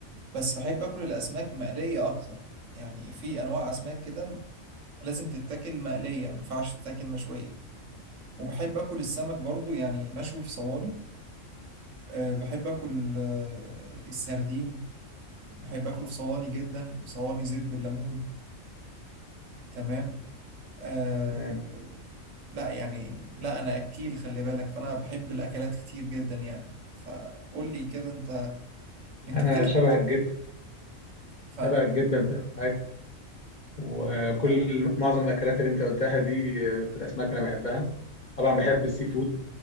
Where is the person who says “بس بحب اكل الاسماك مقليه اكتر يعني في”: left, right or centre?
Right